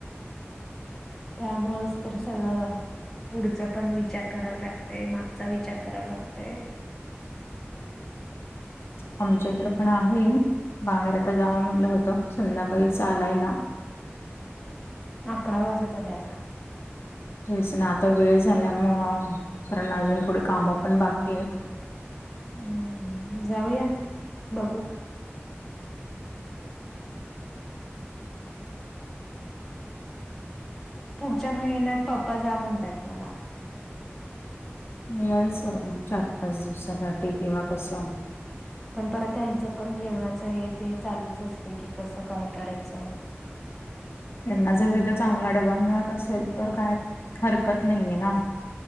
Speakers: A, in the centre; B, on the left.
A: त्यामुळेंच तर सगळं पुढचा पण विचार करावा लागतय मागचा विचार करावा लागतय
B: आमच्या इकडे पण आहे बाहेर आता जावं म्हटलं होत संध्याकाळ काही चालायला
A: अकरा वाजत आले आता.
B: तेच ना आता वेळ झाल्या म कारण अजून थोडी कामं पण बाकी आहेत
A: हम्म जाऊया बघू पुढच्या महिन्यात पप्पा जा म्हणतायत मला
B: यायचं चार पाच दिवसासाठी किंवा कस
A: पण परत ह्यांचं पण जेवणाच हे ते चालूच असते की कसं काय करायचं.
B: त्यांना जर तिथे चांगला डबा मिळत असेल तर काय हरकत नाहीये ना.